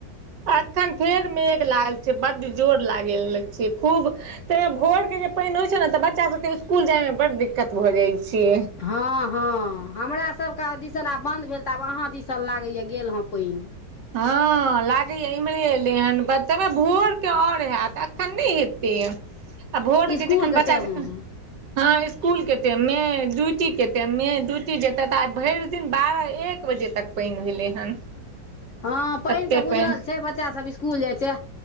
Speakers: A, on the right; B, on the left.
A: अखन फेर मेघ लागल छै, बड़ जोर लागल छै खूब। ताहिमे भोरके जे पानि होइ छै ने तऽ बच्चा सभकेँ स्कूल जायमे बड़ दिक्कत भऽ जाइ छै।
B: हँ हँ, हमरा सभके दिस आब बन्द भेल तऽ आब अहाँ दिस लागैए गेल हँ पानि।
A: हँ, लागैए इम्हरे एलै हन, बतबै भोरके आओर हैत, एखन नहि हेतै।
B: <inaudible>
A: आ भोर
B: इसकुलके
A: के जखन बच्चा।
B: टाइममे
A: हँ स्कूलके टाइममे, ड्यूटीके टाइममे ड्यूटी जेतै तऽ आइ भरि दिन बारह एक बजे तक। पाइन भेलै हन
B: हँ पाइन
A: एते
B: के बुझल
A: पानि
B: छै, बच्चा सभ स्कूल जाय छै,